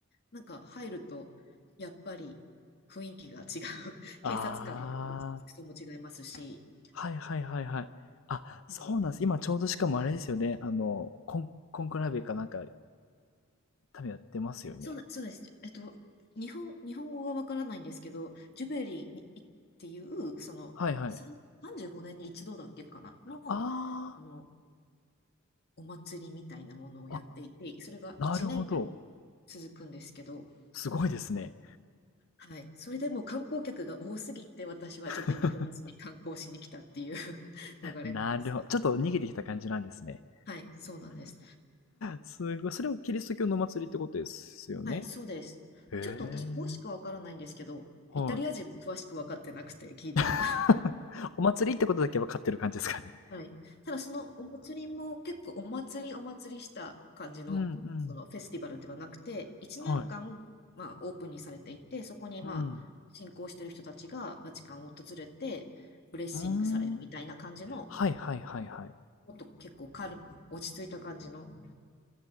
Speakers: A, on the left (about 50°); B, on the left (about 70°).
A: なんか入ると、やっぱり雰囲気が違う。<laughs>
B: <laughs>
A: 警察官の服、
B: ああ。
A: 服装も違いますし、
B: はいはいはいはい。あ、そうなんです。
A: うん
B: 今ちょうどしかもあれですよね。あの、コン、コンクラベかなんか、多分やってますよね。
A: そうな、そうです。えっと、日本、日本語がわからないんですけど、ジュベリーにいっていう、その、
B: はいはい。
A: さん35年に一度だっけかな、の、
B: あ
A: あの、お祭りみたいなものをやっていて、
B: あ。あ、
A: それが1年間
B: なるほど。
A: 続くんですけど、
B: すごいですね。
A: はい。それでもう観光客が多すぎて、私はちょっと今フランスに観光しに来たっていう
B: <laughs>
A: <laughs> 流れなんですが。
B: なるほど。ちょっと逃げてきた感じなんですね。
A: はい、そうなんです。
B: すごい。それをキリスト教のお祭りってことですよね。
A: はい、そうです。
B: へえ。
A: ちょっと私詳しくわからないんですけど、
B: はい。
A: イタリア人も詳しく分かってなくて聞いたら
B: <laughs> お祭りってことだけ分かってる感じですかね。
A: はい。ただそのお祭りも結構お祭りお祭りした感じの、
B: うんうん。
A: そのフェスティバルではなくて、1年間、
B: はい。
A: まあ、オープンにされていて、そこにまあ信仰してる人たちがバチカンを訪れて、
B: うん。
A: ブレッシングされるみたいな感じの、
B: うーん。はいはいはいはい。
A: もっと結構軽落ち着いた感じの